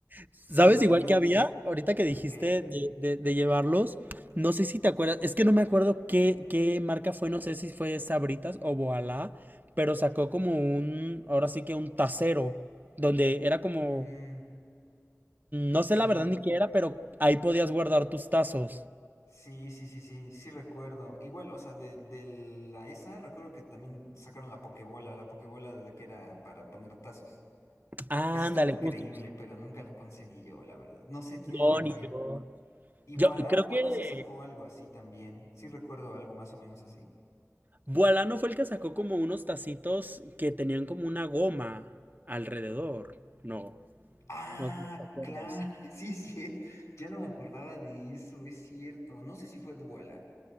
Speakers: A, on the right; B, on the left.
A: ¿Sabes
B: sí, también,
A: igual que había? Ahorita que dijiste
B: ¿qué?
A: de, de- de llevarlos, no sé si te acuerdas, es que no me acuerdo qué, qué marca fue, no sé si fue Sabritas o Boalá, pero sacó como un, ahora sí que un tacero, donde era como
B: Mm,
A: No sé
B: sí,
A: la verdad ni qué era, pero ahí podías guardar tus tazos.
B: Sí, sí, sí, sí, sí recuerdo. Igual, o sea, de, de la esa recuerdo que también sacaron la pokebola, la pokebola de que era para poner tazos.
A: Ándale,
B: Esa estaba increíble,
A: justo.
B: pero nunca la conseguí yo, la verdad. No sé quién
A: No,
B: la vendía.
A: ni yo.
B: Y Boala,
A: Yo creo
B: Boala
A: que
B: sí sacó algo así también. Sí recuerdo algo más o menos así.
A: Boalano fue el que sacó como unos tacitos que tenían como una goma alrededor. No,
B: Ah,
A: no sé si te acuerdas.
B: claro, <laughs> sí, sí. Ya no me acordaba de eso, es cierto. No sé si fue Boala.